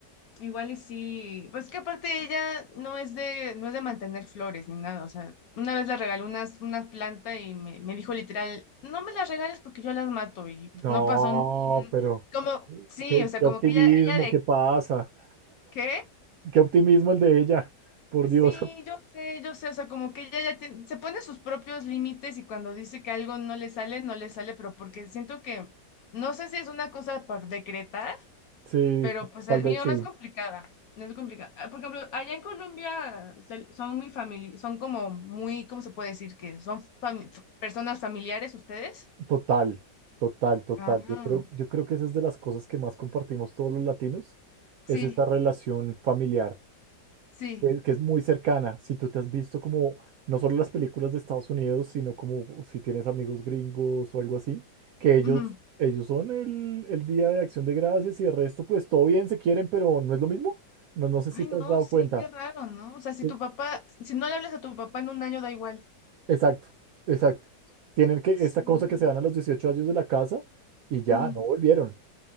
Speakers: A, on the left (about 65°); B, on the right (about 70°).
A: Igual y sí, pues que aparte ella no es de, no es de mantener flores ni nada, o sea, una vez le regalé unas, unas plantas y me, me dijo literal, no me las regales porque yo las mato y
B: No,
A: no pasó ni No. un,
B: pero
A: como, sí,
B: qué,
A: o sea,
B: qué
A: como
B: optimismo,
A: que ella, ella de
B: qué pasa.
A: qué,
B: Qué optimismo el de ella, por
A: sí,
B: Dios.
A: yo sé, yo sé, o sea, como que ella ya tien- se pone sus propios límites y cuando dice que algo no le sale, no le sale, pero porque siento que, no sé si es una cosa por decretar
B: Sí,
A: Pero pues
B: tal
A: eh,
B: vez
A: mi mamá
B: sí.
A: es complicada, no es complicada. Ah, Por ejemplo, allá en Colombia se- son muy famili son como muy, ¿cómo se puede decir que son fami- f- personas familiares ustedes?
B: Total, total, total.
A: Ah,
B: Yo creo, yo creo que esa es de las cosas que más compartimos todos los latinos,
A: sí,
B: es esta relación familiar.
A: sí.
B: que, que es muy cercana. Si tú te has visto como no solo las películas de Estados Unidos, sino como si tienes amigos gringos o algo así, que ellos,
A: ujú.
B: ellos son el, el Día de Acción de Gracias y el resto, pues todo bien, se quieren, pero no es lo mismo. No, no sé
A: Ay,
B: si te has
A: no,
B: dado
A: sí,
B: cuenta.
A: qué raro, ¿no? O sea, si
B: E-
A: tu papá, si no le hablas a tu papá en un año, da igual.
B: Exacto, exacto. Tienen que
A: Sí.
B: esta cosa que se dan a los 18 años de la casa y ya
A: mm,
B: no volvieron.